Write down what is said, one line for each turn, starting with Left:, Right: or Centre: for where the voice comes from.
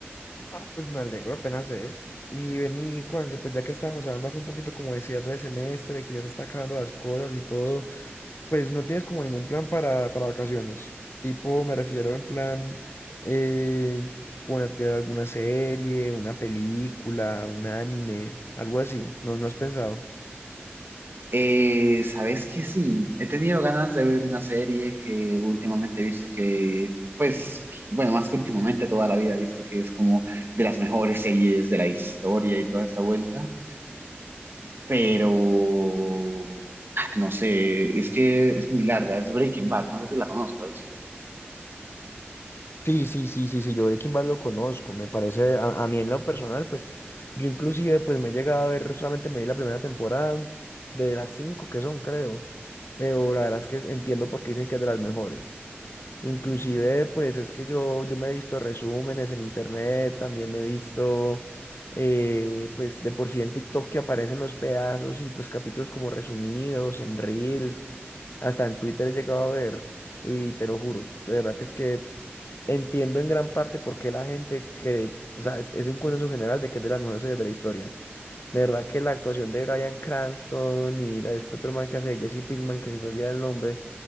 Left: Ah, pues me alegro, apenas es. Y vení, Juanse, pues ya que estamos hablando acá un poquito como de cierre de semestre, que ya se está acabando las cosas y todo, pues no tienes como ningún plan para, para vacaciones. Tipo, me refiero en plan eh, ponerte a ver alguna serie, una película, un anime, algo así. No, no has pensado.
Right: Eh, sabes que sí, he tenido ganas de ver una serie que últimamente he visto que, pues, que- bueno, más que últimamente, toda la vida he visto que es como de las mejores series de la historia y toda esta vuelta, pero no sé, es que es muy larga, es Breaking Bad, no sé si la conozcas.
Left: Sí, sí, sí, sí, sí, yo Breaking Bad lo conozco, me parece, a, a mí en lo personal, pues, yo inclusive, pues, me he llegado a ver, solamente me vi la primera temporada de las cinco que son, creo, pero la verdad es que entiendo por qué dicen que es de las mejores. Inclusive, pues, es que yo, yo me he visto resúmenes en internet, también me he visto, eh, pues, de por sí en TikTok que aparecen los pedazos y, pues, capítulos como resumidos, en Reels, hasta en Twitter he llegado a ver. Y te lo juro, de verdad que es que entiendo en gran parte por qué la gente cree, o sea, es, es un consenso general de que es de las mejores series de la historia. De verdad que la actuación de Bryan Cranston y la, de este otro man que hace de Jesse Pinkman, que se me olvida el nombre,